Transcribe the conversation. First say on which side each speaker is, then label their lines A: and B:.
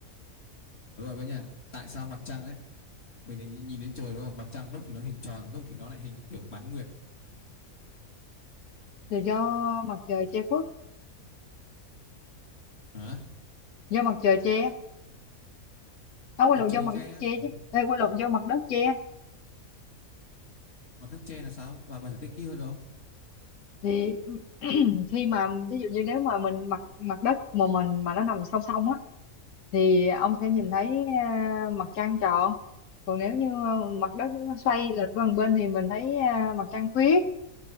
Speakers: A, on the left; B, on the left.
A: đúng rồi bé nhà tại sao mặt trăng đấy mình để nhìn đến trời đúng không mặt trăng lúc thì nó hình tròn lúc thì nó lại hình kiểu bán nguyệt
B: Rồi do mặt trời che khuất,
A: hả
B: do mặt trời che. À, quên
A: mặt
B: lộn
A: trời
B: do mặt
A: che
B: đất
A: á?
B: che
A: không
B: chứ. Ê, quên lộn do mặt đất che.
A: mặt đất che là sao bà bà giải thích kỹ hơn được không
B: Thì <clears throat> khi mà ví dụ như nếu mà mình mặt mặt đất mà mình mà nó nằm song song á thì ông sẽ nhìn
A: Ừ.
B: thấy à, mặt trăng tròn. Còn nếu như à, mặt đất nó xoay lệch qua một bên thì mình thấy à, mặt trăng khuyết,